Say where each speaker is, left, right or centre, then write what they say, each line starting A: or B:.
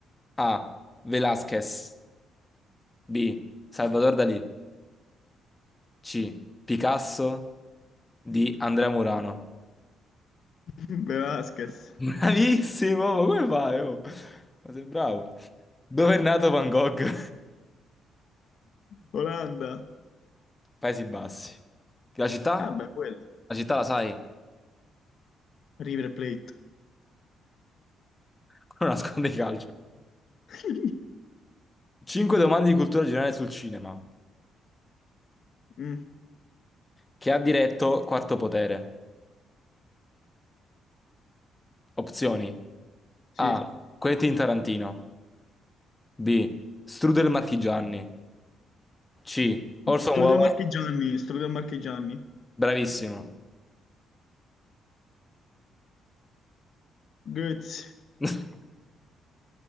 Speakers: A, on the left; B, on the left.
A: A. Velázquez. B. Salvador Dalì. C. Picasso. D. Andrea Murano.
B: <laughs> Velázquez.
A: Bravissimo, ma come fai? oh? Ma sei bravo. Dove è nato Van Gogh?
B: Olanda.
A: Paesi Bassi. La città?
B: Ah, beh, quello.
A: La città la sai?
B: River Plate.
A: Quello nasconde i calcio.
B: <laughs>
A: 5 domande di cultura generale sul cinema.
B: Mm.
A: Che ha diretto Quarto Potere? Opzioni.
B: Sì.
A: A. Quentin Tarantino. B. Strudel Marchigiani. C. Orson
B: Strudel
A: Welles.
B: Marchigiani, Strudel Marchigiani.
A: Bravissimo.
B: Goetz.
A: <laughs>